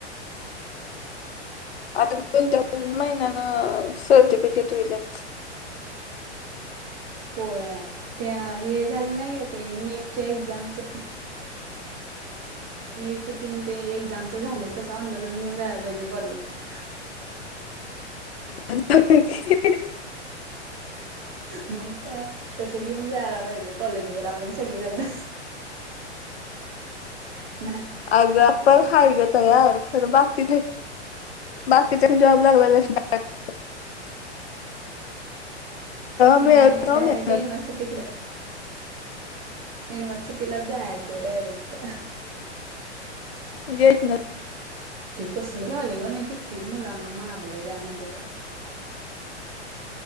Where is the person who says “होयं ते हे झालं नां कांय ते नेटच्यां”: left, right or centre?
Right